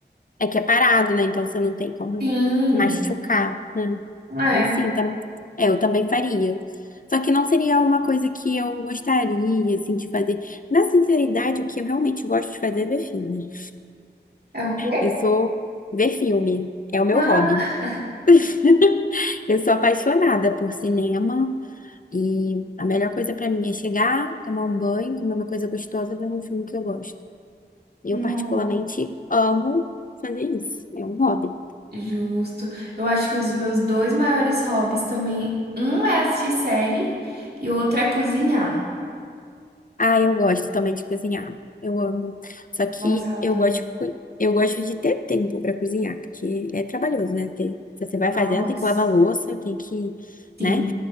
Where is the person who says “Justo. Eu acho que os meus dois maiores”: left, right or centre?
Right